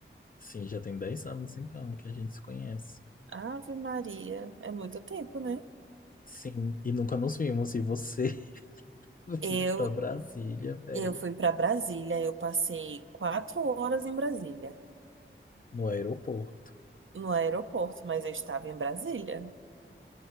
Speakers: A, on the left; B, on the right.
A: Sim, já tem 10 anos então que a gente se conhece.
B: Ave Maria, é muito tempo, né?
A: Sim, e nunca nos vimos. E você <laughs> veio
B: Eu,
A: pra Brasília, velho,
B: eu fui para Brasília, eu passei quatro horas em Brasília,
A: no aeroporto.
B: no aeroporto, mas eu estava em Brasília,